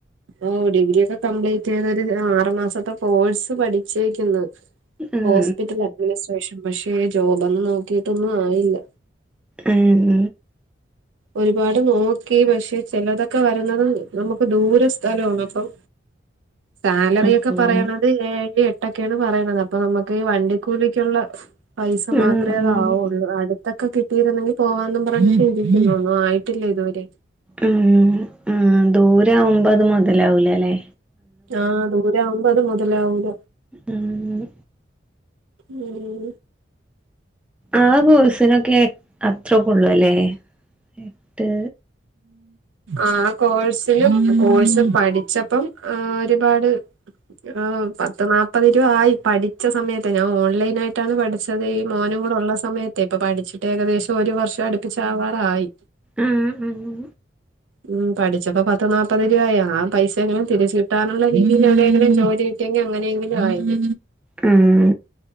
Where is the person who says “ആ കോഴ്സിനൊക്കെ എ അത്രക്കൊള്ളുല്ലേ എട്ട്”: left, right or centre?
Centre